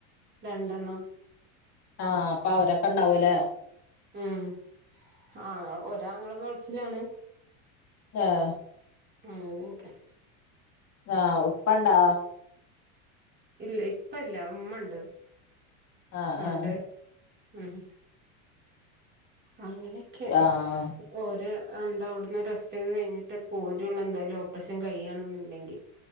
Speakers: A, on the right; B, on the left.
A: രണ്ടെണ്ണം
B: ആഹ് അപ്പ അവരൊക്കെ ഇണ്ടാവും ല്ലേ
A: ഉം അഹ് ഒരാങ്ങള ഗൾഫിലാണ്
B: താഹ്
A: അങനെക്കെ
B: ആഹ് ഉപ്പണ്ടാ
A: ഇല്ല ഇപ്പ ല്ല മ്മണ്ട്
B: ആഹ്
A: ആടെ
B: ആഹ്
A: ഉം അങ്ങനൊക്കെ
B: ആഹ്
A: ഓര് എന്താ അവിട്ന്ന് റസ്റ്റ് ഒക്കെ കഴിഞ്ഞിട്ട് പോരള്ളു എന്തായാലും ഓപ്പറേഷൻ കഴിയാണ് ന്ന്ണ്ടെങ്കിൽ